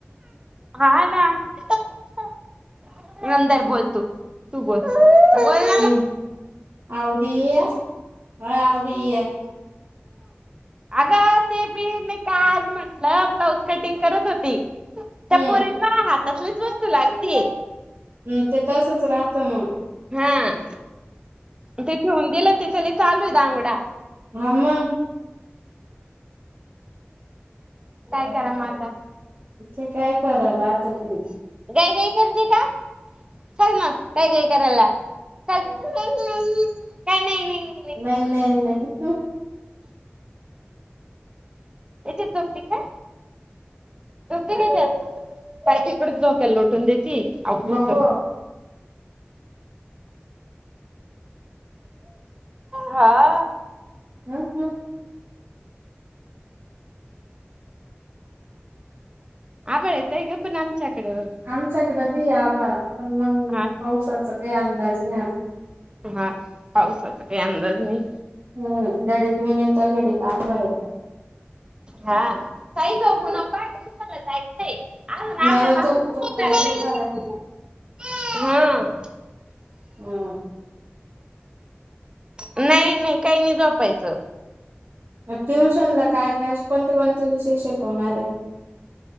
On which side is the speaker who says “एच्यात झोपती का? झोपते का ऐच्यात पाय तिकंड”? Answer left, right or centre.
Right